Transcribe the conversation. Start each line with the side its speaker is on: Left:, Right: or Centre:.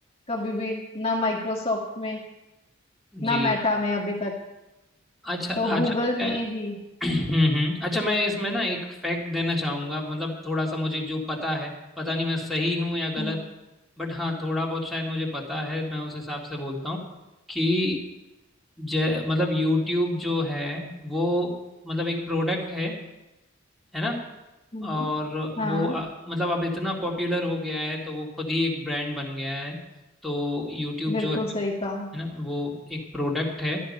Left: कभी भी ना माइक्रोसॉफ्ट में ना
Centre: जी
Left: मेटा में अभी तक
Centre: अच्छा अच्छा
Left: तो गूगल में
Centre: मैं
Left: ही
Centre: हम्म हम्म, अच्छा मैं इसमें ना एक फैक्ट देना चाहूंगा मतलब थोड़ा सा मुझे जो पता है पता नहीं मैं सही हूं या गलत
Left: हम्म
Centre: बट हाँ थोड़ा बहुत शायद मुझे पता है मैं उस हिसाब से बोलता हूँ कि जय मतलब यूट्यूब जो है वो मतलब एक प्रोडक्ट है है ना
Left: हम्म
Centre: और वो
Left: हाँ
Centre: अ, मतलब अब इतना पॉपुलर हो गया है तो वो खुद ही एक ब्रांड बन गया है तो यूट्यूब
Left: बिल्कुल
Centre: जो है
Left: सही कहा
Centre: है ना वो एक प्रोडक्ट है